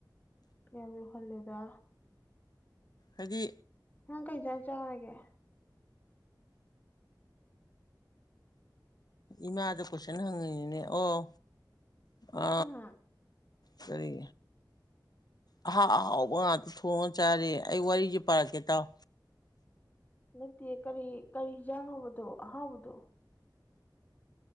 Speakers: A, on the left; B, on the left.
A: ꯌꯥꯝ ꯍꯜꯂꯦꯗ꯫
B: ꯍꯥꯏꯗꯤ?
A: ꯅꯪ ꯀꯩꯖꯥꯡ ꯆꯔꯒꯦ?
B: ꯏꯃꯥꯗ ꯀꯣꯏꯁꯟ ꯍꯪꯉꯤꯅꯤꯅꯦ ꯑꯣ꯫ ꯑ꯫
A: ꯍꯥ
B: ꯀꯔꯤ ꯑ ꯍꯥꯎꯕ ꯉꯥꯛꯇ ꯊꯣꯉꯥ ꯆꯔꯤ ꯑꯩ ꯋꯥꯔꯤꯁꯦ ꯄꯥꯔꯛꯀꯦ ꯇꯥꯎ!
A: ꯅꯠꯇꯦ ꯀꯔꯤ- ꯀꯔꯤ ꯍꯤꯟꯖꯥꯡꯅꯣꯕ ꯗꯣ ꯑꯍꯥꯎꯕꯗꯣ?